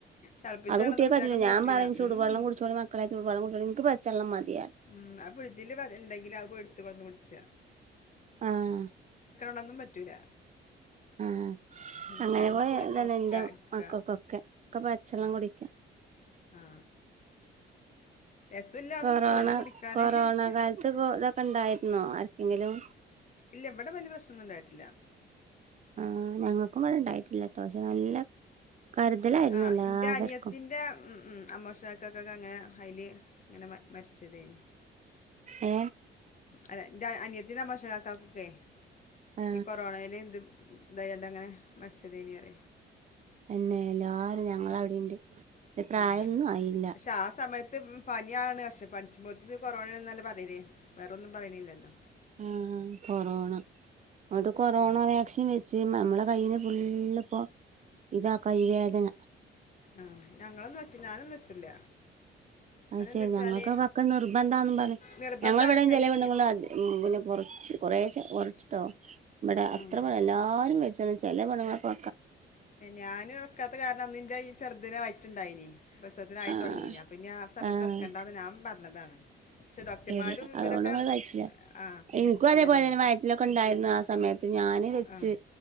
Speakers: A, on the left; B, on the right.
A: തിളപ്പിച്ച
B: അത്
A: വെള്ളമൊന്നും
B: കുട്ടിയെ
A: കുട്ടിയൊക്കൊന്നും
B: പറ്റല്ല ഞൻ
A: പറ്റൂല
B: പറയും ചടുെള്ളം
A: ഉം,
B: കുടിച്ചോടി മക്കളെ ചടുെള്ളം കുടിച്ചോള എനിക്ക് പച്ചെള്ളം മതിയ.
A: ഉം ആ ഫ്രി്ജില് ഉണ്ടെങ്കില ആ എടുത്ത കൊടുത്ത കുടിച്ച
B: ആഹ.
A: ണൊന്നും പറ്റൂല.
B: ആഹ.
A: ഉം,
B: അങ്ങനെ
A: അതിന്ന്
B: പോയ
A: പോയി
B: ഇതന്നെ
A: തുറക്കുക
B: എന്റെ
A: എടുക്കുക
B: മക്കൾക്കൊക്കെ ഒക്കെ പച്ചെള്ളം
A: ആ
B: കുടിക്കാ.
A: ആ രസമില്ലാണും
B: കൊറോണ
A: ചൂടുവെള്ളം കുടിക്കാൻ
B: കൊറോണ കാലത്ത്പ്പോ ഇതൊക്കെ ഉണ്ടായിുന്നോ ആർക്കെങ്കിലും?
A: ഇല്ല ഇവിടെ വലിയ പ്രശ്നംന്നും ഇണ്ടായിട്ടില്ല.
B: ആഹ ഞങ്ങൾക്കും ഇടെ ഇണ്ടായിട്ടില്ലട്ടോ പക്ഷെ നല്ല കരുതലായിരുന്നു
A: ആ്
B: എല്ലാവർക്കും
A: ഇന്റെ അനിയത്തിന്റെ ഉ അമോശാക്കക്കൊക്കെ അങ്ങനെ അയില് അങ്ങനെ മരിച്ചതേന്.
B: ഏ?
A: അല്ലാ അനിയത്തിടെ <unintelligible>
B: ആ
A: ഈ കൊറോണൽ ഇത് ദയണ്ട് അങ്ങനെ മരിച്ചത ഇനി പറ
B: തന്നെയല്ലോ ആരും ഞങ്ങള അവിടണ്ട് പ്രായംന്നും
A: ഉം.
B: ആയില്ല.
A: പക്ഷെ ആ സമയത്ത് പനിയാണ് പക്ഷെ പഞ്ചമുത്തിത് കൊറോണന്നല്ല പറയല്ലേ വേറൊന്നും പറയണില്ലല്ലോ.
B: ആ കൊറോണ നട്ട് കൊറോണ
A: ഉം.
B: വാക്സിൻ വെച്ച് നമ്മള കയ്ന് ഫുള്ളി ഇപ്പോ ഇതാ കൈ വേദന
A: ആഹ ഞങ്ങളൊന്ന് വെച്ച ഞാനൊന്നും വെച്ചിട്ടില്ല.
B: അത്
A: അതെന്താ
B: ശരി
A: വെച്ചാൽ
B: ഞങ്ങൾക്ക് പൊക്കെ നിർബന്ധാ പറ
A: നിർബന്ധമാണ്
B: ഞങ്ങൾ ഇവിടെയും
A: ശനി
B: ചില പെണ്ണ്ങ്ങൾ പിന്നെറ കുറേ ഉരട്ടിട്ടോ ഇവിടെ അത്ര
A: ഉം,
B: പ എല്ലാരും വെച്ച ചെല പെണങ്ങളെക്കെ
A: ഞാന് വെക്കാത്ത കാരണം അന്നന്റെ ഈ ചെറദ്നെ വയിറ്റട്ടുണ്ടായിനി. പ്രസത്തിനായി
B: ആഹ്
A: തുടങ്ങീന അപ്പൊ ഇനി ആ സമയത്ത്
B: ആഹ്
A: വെക്കേണ്ടന്ന് ഞാൻ പറഞ്ഞതാണ്. പക്ഷെ ഡോക്ടർമാരും
B: ശരി
A: ഇവലൊക്കെ
B: അതുകൊണ്ട്മ്മെ കഴച്ചില്ല.
A: ആ
B: എനിക്കും അതേപോലെ
A: അതന്നെ
B: തന്നെ വയറ്റിലൊക്കെ ഉണ്ടായിരുന്നു ആ സമയത്ത് ഞൻ വെച്ച്.
A: ആ